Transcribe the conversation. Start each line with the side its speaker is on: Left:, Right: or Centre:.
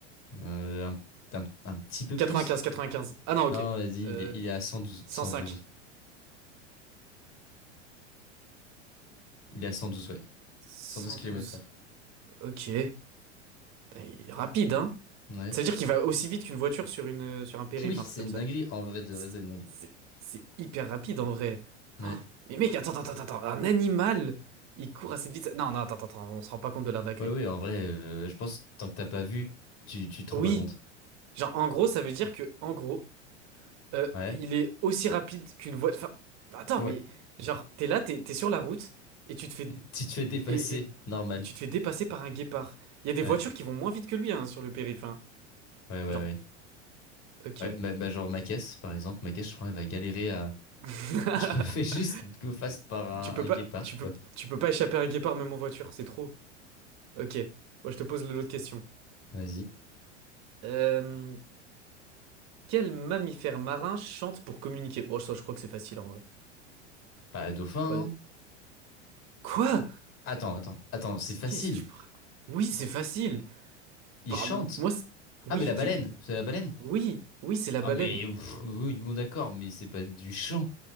Left: Euh, un, un- un petit peu
Right: 95,
Left: plus?
Right: 95. Ah non, ok.
Left: Non, vas-y,
Right: Euh,
Left: il est, il est à cent douze,
Right: Cent
Left: cent
Right: cinq.
Left: douze. Il est à 112, ouais.
Right: cent
Left: 112 kilomètres
Right: douze.
Left: heure.
Right: Ok. Putain, Il est rapide, hein?
Left: Ouais.
Right: Ça veut dire qu'il va aussi vite qu'une voiture sur une, sur
Left: <laughs>
Right: un périph',
Left: Oui, c'est
Right: un truc comme
Left: une
Right: ça.
Left: dinguerie. En vrai, de
Right: C'est
Left: vrai, c'est une dinguerie.
Right: c'est- c'est hyper rapide en vrai.
Left: Ouais.
Right: Oh, mais mec, attends, attends, attends, attends. Un animal, il court à cette vitesse. Non, non, attends, attends, attends, on se rend pas compte de l'indagrie.
Left: Ouais, ouais, en vrai, euh, je pense, tant que t'as pas vu, tu, tu te
Right: Oui,
Left: rends pas compte.
Right: genre en gros, ça veut dire que, en gros, euh,
Left: Ouais.
Right: il est aussi rapide qu'une voie. Enfin, attends,
Left: Ouais.
Right: mais genre, t'es là, t'es, t'es sur la route et tu te fais.
Left: <laughs> Tu te fais dépasser.
Right: Et, et-
Left: Normal.
Right: et tu te fais dépasser par un guépard. Il y a des
Left: Ouais.
Right: voitures qui vont moins vite que lui hein, sur le périph'. hein.
Left: Ouais, ouais,
Right: Genre,
Left: ouais.
Right: ok.
Left: Ouais, bah, bah, genre ma caisse, par exemple. Ma caisse, je crois, elle va galérer à.
Right: <laughs>
Left: <laughs> Je me fais juste go fast par
Right: Tu peux
Left: un, un
Right: pas,
Left: guépard,
Right: tu peux,
Left: quoi.
Right: tu peux pas échapper à un guépard même en voiture, c'est trop. Ok, moi je te pose l'autre question.
Left: Vas-y.
Right: Euh, quel mammifère marin chante pour communiquer? Bon, ça, je crois que c'est facile en vrai.
Left: Pas un dauphin,
Right: Ouais.
Left: hein.
Right: Quoi?
Left: Attends, attends, attends, c'est facile.
Right: Qu'est-ce que tu me racontes? Oui, c'est facile.
Left: Il
Right: Bah,
Left: chante.
Right: moi, c'est- oui,
Left: Ah, mais la
Right: qui-
Left: baleine, c'est la baleine.
Right: oui, oui, c'est la
Left: Ah,
Right: baleine.
Left: mais pff, oui, bon, d'accord, mais c'est pas du chant.